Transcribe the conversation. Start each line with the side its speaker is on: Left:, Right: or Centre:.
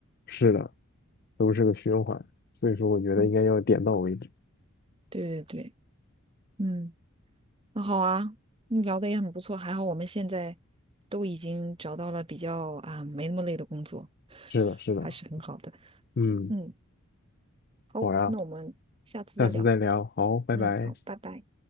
Left: 是的，都是个循环，所以说我觉得应该要点到为止。
Right: 嗯，对对对，嗯。那好啊，你聊的也很不错，还好我们现在都已经找到了比较啊没那么累的工作，
Left: 是的，是的，
Right: 还是很好的。
Left: 嗯，
Right: 嗯，好，
Left: 好呀，
Right: 那我们下次再聊。
Left: 下次再聊，好，拜拜。
Right: 嗯，好，拜拜。